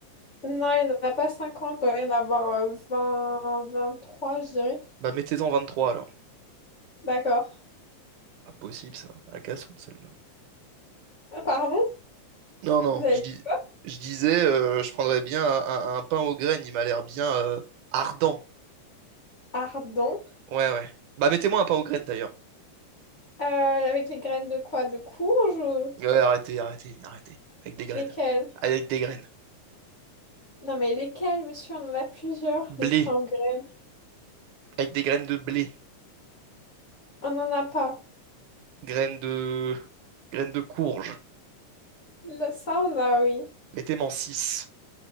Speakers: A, on the left; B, on the right.
A: Non, il n'y en a pas 50, il doit y en avoir euh, 23, je dirais.
B: Bah, mettez-en 23 alors.
A: D'accord.
B: Pas possible, ça. À la cassonne, celle-là.
A: Euh, Pardon?
B: Non, non,
A: Vous avez
B: je dis...
A: dit
B: je disais, euh, je prendrais bien un, un- un pain aux graines, il m'a l'air bien euh, ardent.
A: ardent.
B: Ouais, ouais. Bah, mettez-moi un pain aux graines, d'ailleurs.
A: Euh, avec les graines de quoi? De courge ou
B: Ouais, arrêtez, arrêtez, arrêtez. Avec des graines.
A: lesquelles?
B: Avec des graines.
A: Non mais lesquelles, monsieur? On en a plusieurs,
B: Blé.
A: des pains aux graines.
B: Avec des graines de blé.
A: On n'en a pas.
B: Graines de... Graines de courge.
A: Là, ça, on a, oui.
B: Mettez-moi en 6.